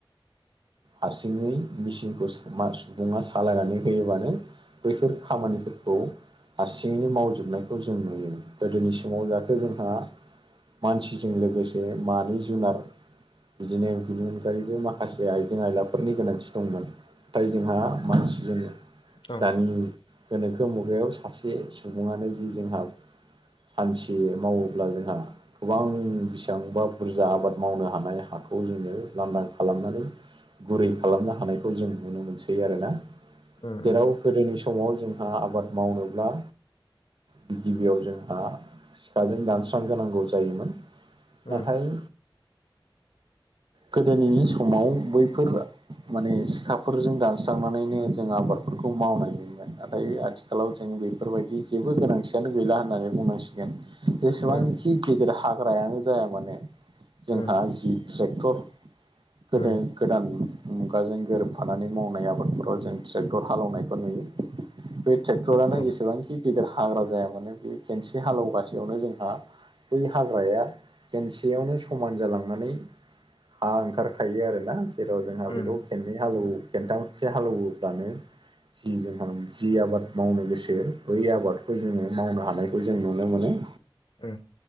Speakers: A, on the right (about 60°); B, on the left (about 65°).
A: हारसिङै मिचिनखौ मा सुबुङा सालायनानै होयोबानो बैफोर खामानिफोरखौ हारसिङैनो मावजोबनायखौ जों नुयो गोदोनि समाव जाहाथे जोंहा मानसिजों लोगोसे मानै जुनार बिदिनो बिनि अनगायैबो माखासे आइजें-आइलाफोरनि गोनांथि दंमोन। फ्राय जोंहा मानसिजों
B: औ उम
A: दानि गोनोखो मुगायाव सासे सुबुङानो जि जोंहा सानसे मावोब्ला जोंहा गोबां बेसेबांबा बुरजा आबाद मावनो हानाय हाखौ खौ जोङो लान्दां खालामनानै गुरै खालामनो हानायखौ जों नुनो मोनसै आरोना।
B: उम
A: जेराव गोदोनि समाव जोंहा आबाद मावनोब्ला गिबि-गिबियाव जोंहा सिखाजों दानस्रां गोनांगौ जायोमोन
B: उम
A: नाथाय गोदोनि समाव बैफोर माने सिखाफोरजों दानस्रांनानैनो जों आबादफोरखौ मावनायनि नाथाय आथिखालाव जों बेफोर बायदि जेबो गोनांथियानो गैला होननानै बुंनांसिगोन। जेसेबांखि
B: उम
A: गेदेर हाग्रायानो जाया मानोे जोंहा
B: उम
A: जि ट्रेक्टर गोदान
B: उम
A: गोदान मुगाजों गोरोबफानानै मावनाय आबादफोराव जों ट्रेक्टर हालेवनायखौ नुयो। बे ट्रेक्टरानो
B: औ
A: जेसेबांखि गिदिर हाग्रा जाया मानो बे खेनसे हालेवगासेयावनो जोंहा बै हाग्राया खेनसेयावनो समान जालांनानै हा ओंखारखायो आरोना जेराव जोंहा
B: उम
A: बेखौ खेननै हालेव खेनथामसे हालौवोब्लानो जि जोंहा जि आबाद मावनो गोसो बै आबादखौ जोङो मावनो हानायखौ जों नुनो मोनो।
B: उम